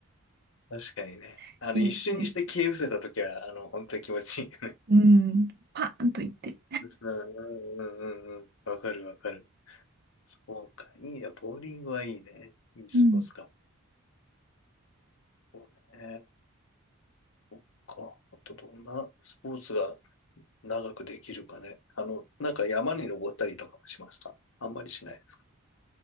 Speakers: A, on the left; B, on the right.
A: 確かにね。
B: <laughs>
A: あの、
B: いいストレス。
A: 一瞬にして消え失せたときは、あの、本当に気持ちいいよね。
B: うん。パーンといって。
A: うんうんうんうんうん。わかるわかる。そうか。いいや、ボーリングはいいね。いいスポーツかも。
B: うん。
A: そうね。そっか。あとどんなスポーツが長くできるかね。あの、なんか山に登ったりとかもしますかあんまりしないですか